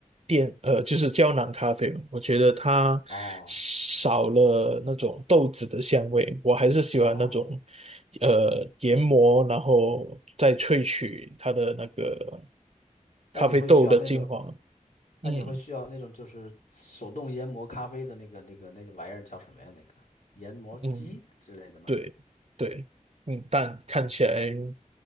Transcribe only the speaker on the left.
哦
哦，
那你会需要那种。
那你会需要那种就是手动研磨咖啡的那个那个那个玩意儿叫什么呀？
那个研磨机之类的吗？